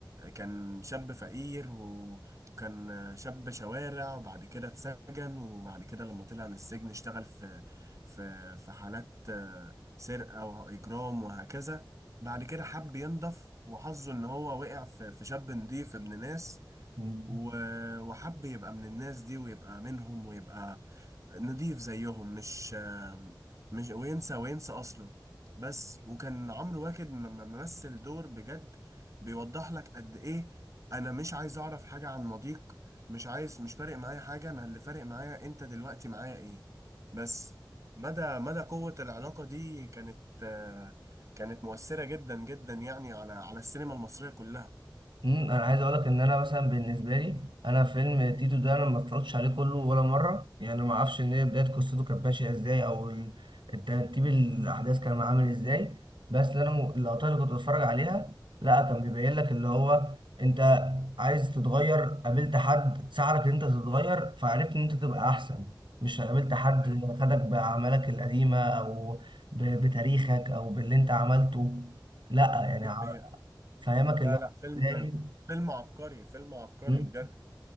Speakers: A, on the right; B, on the right.
A: كان شاب فقير و- وكان شاب شوارع وبعد كده اتسجن وبعد كده لما طلع من السجن اشتغل في في في حالات آه، سرقة وإجرام وهكذا بعد كده حب ينضف وحظه إن هو وقع في في شاب نضيف ابن ناس
B: مم.
A: و- وحب يبقى من الناس دي ويبقى منهم ويبقى نضيف زيهم مش مش وينسى وينسى أصله بس وكان عمرو واكد م- م- ممثل دور بجد بيوضح لك قد إيه أنا مش عايز أعرف حاجة عن ماضيك مش عايز مش فارق معايا حاجة أنا اللي فارق معايا أنت دلوقتي معايا إيه بس مدى مدى قوة العلاقة دي كانت آه، كانت مؤثرة جدا جدا يعني على على السينما المصرية كلها
B: امم انا عايز اقولك ان انا مثلا بالنسبه لي انا فيلم تيتو ده انا ما اتفرجتش عليه كله ولا مره يعني ما اعرفش ان هي بدايه قصته كانت ماشيه ازاي او ال- الترتيب الاحداث كان عامل ازاي بس اللي انا م- اللقطات اللي كنت بتفرج عليها لا كان بيبين لك اللي هو انت عايز تتغير قابلت حد ساعدك ان انت تتغير فعرفت ان انت تبقى احسن مش قابلت حد
A: ايوه
B: خدك باعمالك القديمه او ب- بتاريخك او باللي انت عملته لا يعني
A: دي
B: ع-
A: حقيقة
B: فاهمك
A: لا
B: اللي هو
A: لا فيلم
B: ازاي
A: فيلم عبقري فيلم عبقري
B: مم.
A: بجد